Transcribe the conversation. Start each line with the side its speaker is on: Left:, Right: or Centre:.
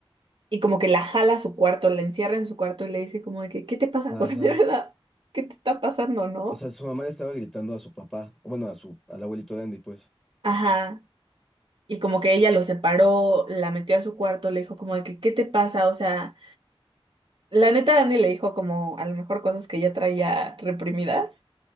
Right: y como que la jala a su cuarto, la encierra en su cuarto y le dice como de que, ¿qué te pasa? <laughs> O
Centre: Ajá.
Right: sea, de verdad, ¿qué te está pasando, no?
Centre: O sea, su mamá le estaba gritando a su papá, o bueno, a su, al abuelito de Andy, pues.
Right: Ajá. Y como que ella lo separó, la metió a su cuarto, le dijo como de que, ¿qué te pasa? O sea, la neta Andy le dijo como a lo mejor cosas que ella traía reprimidas.